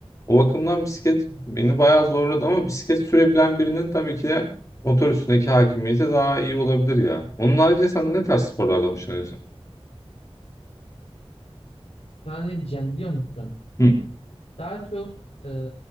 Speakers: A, on the left; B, on the left.
A: O bakımdan bisiklet beni bayağı zorladı ama bisiklet sürebilen birinin tabii ki de motor üstündeki hakimiyeti daha iyi olabilir ya. Onun haricinde sen ne tarz sporlardan hoşlanıyorsun?
B: Sana ne diyeceğim biliyor musun?
A: Hı.
B: Daha çok e,